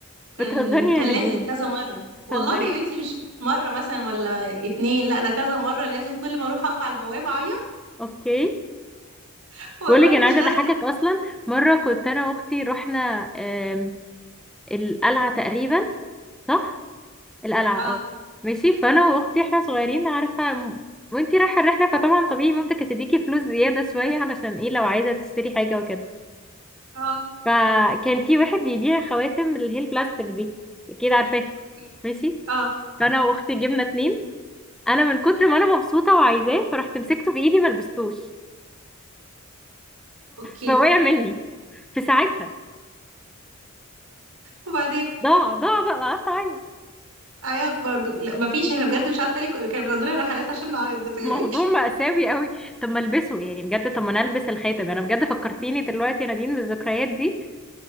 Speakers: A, on the right (about 85°); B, in the centre.
A: كان
B: بتهزري يا
A: كان
B: نزين
A: لازم كذا مره والله
B: بتهزري
A: يا بنتي مش مش مره مثلا ولا اتنين لا ده كذا مره لازم كل ما اروح اقف على البوابه اعيط
B: اوكي
A: <laughs> واقول
B: بقول
A: لهم
B: لك انا
A: مش
B: عايزة
A: داخله
B: اضحكك اصلا مرة كنت انا واختي رحنا آم، القلعة تقريبا صح القلعة
A: اه
B: اه ماشي فانا واختي احنا صغيرين عارفة م- وانتي رايحة الرحلة فطبعا طبيعي مامتك هتديكي فلوس زيادة شوية علشان ايه لو عايزة تشتري حاجة وكده
A: اه
B: فكان في واحد بيبيع خواتم اللي هي البلاستيك دي اكيد عارفاها
A: اوكي
B: ماشي
A: اه
B: فانا واختي جبنا اتنين انا من كتر ما انا مبسوطة وعايزاه فرحت مسكته في ايدي ملبستوش
A: اوكي
B: فوقع مني في ساعتها
A: وبعدين
B: ضاع ضاع بقى قعدت اعيط
A: عيط برضو لا مفيش انا بجد مش عارفه ليه كانوا بيودونا رحلات عشان نعيط بتهيألي
B: <laughs> موضوع مأساوي قوي طب ما البسه يعني بجد طب ما انا البس الخاتم انا بجد فكرتيني دلوقتي يا نادين بالذكريات دي